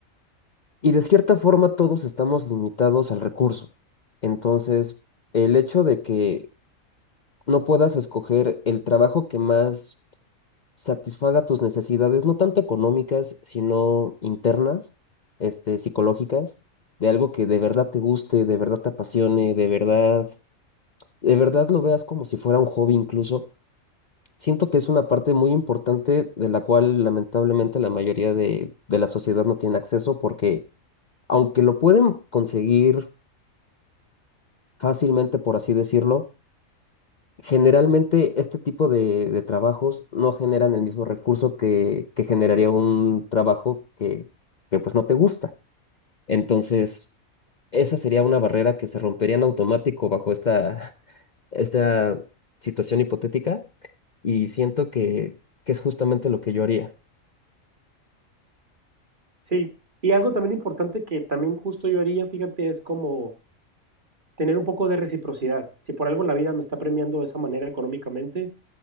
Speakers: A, on the left; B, on the right.
A: y de cierta forma todos estamos limitados al recurso. Entonces, el hecho de que no puedas escoger el trabajo que más satisfaga tus necesidades, no tanto económicas, sino internas, este, psicológicas, de algo que de verdad te guste, de verdad te apasione, de verdad, de verdad lo veas como si fuera un hobby incluso. Siento que es una parte muy importante de la cual lamentablemente la mayoría de, de la sociedad no tiene acceso porque aunque lo pueden conseguir fácilmente, por así decirlo, Generalmente este tipo de, de trabajos no generan el mismo recurso que, que generaría un trabajo que, que pues no te gusta. Entonces, esa sería una barrera que se rompería en automático bajo esta, <laughs> esta situación hipotética y siento que, que es justamente lo que yo haría.
B: Sí. Y algo también importante que también justo yo haría, fíjate, es como tener un poco de reciprocidad. Si por algo la vida me está premiando de esa manera económicamente,